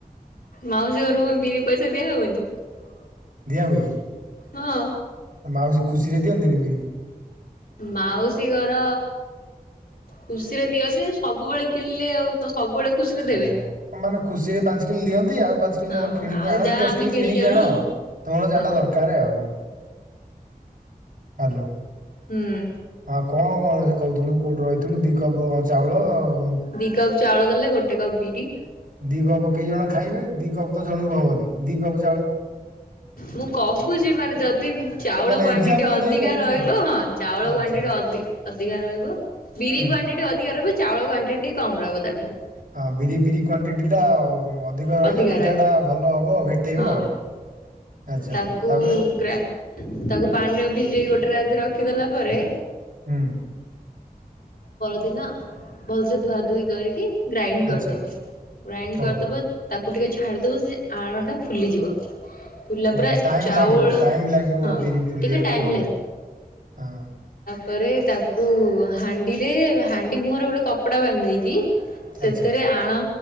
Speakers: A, on the left; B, on the right.
A: ମାଉସୀ ଘରୁ କଣ ବିରି ପଇସା ଦିଆ ହୁଏନି ।
B: ଦିଆ ହୁଏ।
A: ହଁ।
B: ମାଉସୀ ଖୁସିରେ ଦିଅନ୍ତିନି ବିିରି?
A: ମାଉସୀ ଘର ଖୁସିରେ ଦିଅନ୍ତି ସବୁବେଳେ କିଣିଲେ ଆଉ କଣ? ସବୁବେଳେ ଖୁସିରେ ଦେବେ।
B: ଓହୋ ମାନେ ଖୁସିରେ ପାଞ୍ଚ କିଲୋ ଦିଅନ୍ତି ଆଉ ପାଞ୍ଚ କିଲୋ
A: ହଁ
B: ତମର କିଣିକି
A: ଆଉ
B: ଆଣ
A: ଯାହା
B: କି ଦଶ
A: ଆମେ
B: କିଲୋ କିଣିକି
A: ଆଣୁ
B: ଆଣ ଆଉ ତମର ଯାହାଟା
A: ହଁ।
B: ଦରକାର ଆଉ। ହାଲୋ।
A: ହୁଁ
B: ହଁ କଣ କଣ ସେ କଉଥୁଲୁ? କୋଉଠୁ ରଇଥିଲୁ ଦି କପ୍ ଚାଉଳ ଆଉ
A: ଦି କପ୍ ଚାଉଳ ଦେଲେ ଗୋଟେ କପ୍ ବି ରି।
B: ଦି କପ୍ କେଇ ଜଣ ଖାଇବେ ଦି କପ୍ ତ ଜଣୁଙ୍କୁ ହବନି। ଦିକପ୍
A: ମୁଁ କହୁଛି ମାନେ ଯଦି ଚାଉଳ
B: ଓ ମାନେ
A: କ୍ବାଣ୍ଟିଟି
B: ଏକ୍ଜାମ୍ପଲ୍
A: ଅଧିକା
B: ଦେଇ କହୁଛୁ
A: ରହିବ
B: ଆଉ
A: ହଁ ଚାଉଳ
B: ଓ ଆଚ୍ଛା
A: କ୍ଵାଣ୍ଟିଟି
B: ହଁ
A: ଅଧିକ ଅଧିକା ରହିବ ବିରି
B: ହୁଁ।
A: କ୍ୱାଣ୍ଟି ଅଧିକ ରହିବ ଚାଉଳ କ୍ୱାଣ୍ଟି କମ ରହିବ ତାଠାରୁ।
B: ହଁ ବିରି ବିରି କ୍ଵଣ୍ଟିଟି ଟା ଅଧିକ ରହିଲେ
A: ଅଧିକା
B: ପିଠାଟା
A: ରହିବ।
B: ଭଲ ହବ ଭେଟେଇବ
A: ହଁ
B: ଆଉ। ଆଚ୍ଛା
A: ତାକୁ
B: ତାପରେ
A: ଗ ତାକୁ ପାଣିରେ ଭିଜେଇ ଗୋଟେ ରାତି ରଖି ରଖିଦଲା ପରେ
B: ହୁଁ।
A: ଦିନ ଭଲସେ ଧୁଆ ଧୁଇ କରିକି ଗ୍ରାଇଣ୍ଡ କରିଦବ
B: ଆଚ୍ଛା
A: ଗ୍ରାଇଣ୍ଡ କରିଦବ
B: ଓହୋ।
A: ତାକୁ ଟିକେ ଛାଡ଼ିଦବ ସେ ଆଣଟା ଫୁଲିଯିବ। ଫୁଲିଲା ପରେ
B: ଆ ଟାଇମ୍
A: ଚାଉଳ
B: ଲାଗିବ ଟାଇମ୍ ଲାଗିବ
A: ହଁ
B: ବିରି ଫୁଲିବାକୁ
A: ଟିକେ ଟାଇମ୍
B: ଆଉ ହଁ।
A: ପରେ ତାକୁ ହାଣ୍ଡିରେ ହାଣ୍ଡି ମୁହଁରେ ଗୋଟେ କପଡା ବାନ୍ଧେଇକି ସେଥିରେ
B: ଆଚ୍ଛା
A: ଆଣ